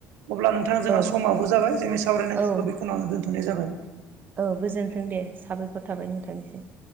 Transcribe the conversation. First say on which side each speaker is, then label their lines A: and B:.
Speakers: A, on the right (about 80°); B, on the right (about 40°).
A: अब्ला नोंथ थां जोंहा
B: औ
A: समाबबो जाबाय जोंनि सावरायनांगौखौ
B: औ
A: बेखिनियावनो दोन्थ'नाय जाबाय
B: औ गोजोन्थों दे साबायखर थाबाय नोंथांनिसिम